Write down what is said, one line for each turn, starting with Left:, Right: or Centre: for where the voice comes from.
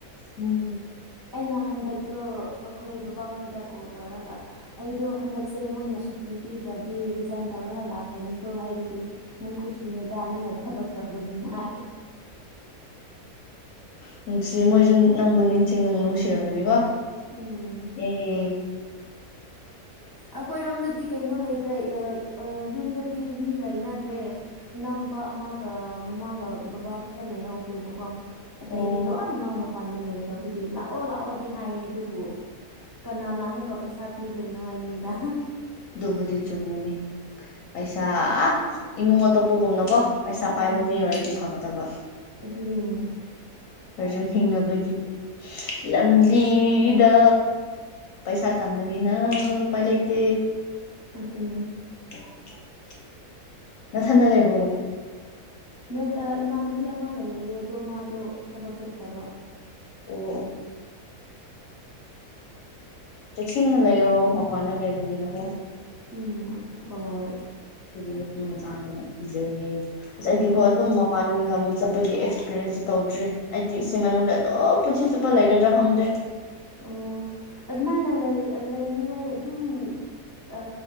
Left: ꯎꯝ
Right: ꯑꯩꯅ ꯍꯟꯗꯛꯇꯣ ꯑꯩꯈꯣꯏ ꯕꯕꯥꯍꯣꯏꯗ ꯀꯣꯜ ꯇꯧꯔꯒ ꯑꯩꯗꯣ ꯍꯟꯗꯛꯁꯦ ꯃꯣꯏꯅ ꯁꯨꯇꯤ ꯄꯤꯗ꯭ꯔꯗꯤ ꯔꯤꯖꯥꯏꯟ ꯇꯧꯔꯒ ꯂꯥꯛꯈ꯭ꯔꯅꯤꯀꯣ ꯍꯥꯏꯕꯒꯤ ꯅꯪ ꯈꯨꯨꯁꯤꯅꯦꯗ ꯅꯪꯅ ꯊꯕꯛ ꯇꯧꯕꯅꯤꯅ
Left: ꯅꯨꯡꯁꯤ ꯃꯣꯏꯁꯨ ꯅꯪꯕꯨ ꯅꯤꯡꯁꯤꯡꯉ ꯅꯨꯡꯁꯤꯔꯝꯒꯅꯤꯀꯣ
Right: ꯎꯝ
Left: ꯑꯦ
Right: ꯑꯩꯈꯣꯏꯔꯣꯝꯗꯗꯤ ꯀꯩꯅꯣ ꯂꯩꯇ꯭ꯔꯦ ꯑ ꯌꯨꯝꯗꯗꯤ ꯃꯤ ꯂꯩꯅꯗ꯭ꯔꯦ ꯏꯅꯥꯎꯅꯨꯄꯥ ꯑꯃꯒ ꯃꯃꯥꯒ ꯕꯕꯥ ꯈꯛꯇ ꯂꯩꯍꯧꯈ꯭ꯔꯦꯕꯀꯣ ꯑꯇꯩꯗꯤ
Left: ꯑꯣ
Right: ꯂꯣꯏ ꯃꯥꯥ ꯃꯄꯥꯟꯗ ꯂꯩꯈ꯭ꯔꯕꯒꯤ ꯂꯥꯛꯑꯣ ꯂꯥꯛꯑꯣꯗꯤ ꯍꯥꯏꯌꯦ ꯑꯗꯨꯕꯨ ꯀꯅꯥꯅ ꯑꯃꯨꯛꯀ ꯄꯩꯁꯥ ꯄꯤꯗꯣꯏꯅꯣ ꯍꯥꯏꯕꯅꯤꯗ
Left: ꯑꯗꯨꯕꯨꯗꯤ ꯆꯨꯝꯃꯤꯅꯦ ꯄꯩꯁꯥ ꯏꯃꯨꯡ ꯑꯇꯣꯞꯄꯒꯨꯝꯅꯀꯣ ꯄꯩꯁꯥ
Right: ꯎꯝ
Left: ꯄꯥꯏꯕ ꯃꯤ ꯑꯣꯏꯔꯗꯤ ꯐꯥꯒꯗꯕ
Right: ꯑꯗꯨꯅꯦ
Left: ꯑꯩꯈꯣꯏꯁꯨ ꯍꯤꯡꯅꯕꯒꯤ ꯂꯝꯕꯤꯗ ꯄꯩꯁꯥ ꯆꯥꯟꯗꯅꯤꯅꯨ ꯄ ꯂꯩ ꯏꯇꯦ
Right: ꯑꯗꯨꯅꯤ
Left: <inaudible> ꯅꯊꯟꯗ ꯂꯩꯕ
Right: ꯅꯠ ꯑ ꯏꯃꯥꯟꯅꯕꯤ ꯑꯃꯒ ꯂꯩꯌꯦ ꯑꯗꯣ ꯃꯥꯗꯣ ꯊꯕꯛ ꯆꯠꯈ꯭ꯔꯕ
Left: ꯑꯣ ꯆꯦꯛꯁꯤꯟꯅ ꯂꯩꯌꯣ ꯃꯄꯥꯟꯗ ꯂꯩꯕꯅꯤꯅꯀꯣ
Right: ꯎꯝ ꯍꯣꯏ
Left: ꯑꯗꯒꯤ ꯅꯨꯄꯤ ꯃꯆꯥꯅꯦꯅ ꯏꯖꯩꯌꯦ ꯑꯁ ꯑꯩꯗꯤꯀꯣ
Right: ꯎꯝ ꯎꯝ
Left: ꯑꯗꯨꯝ ꯃꯄꯥꯟ ꯂꯝ ꯆꯠꯄꯒꯤ ꯑꯦꯛꯁꯄꯤꯔꯤꯦꯟꯁꯁ ꯇꯧꯗ꯭ꯔꯤ ꯑꯩꯗꯤ ꯏꯆ ꯃꯅꯨꯡꯗ ꯑꯗꯨꯝ ꯄꯨꯟꯁꯤ ꯆꯨꯞꯄ ꯂꯩꯒꯗ꯭ꯔꯥ ꯈꯪꯗ꯭ꯔꯦ
Right: ꯑꯣ ꯑꯗꯨꯃꯥꯏꯅ ꯂꯩ ꯂꯩꯅꯤꯉꯥꯏ ꯑꯗꯨꯝ ꯑ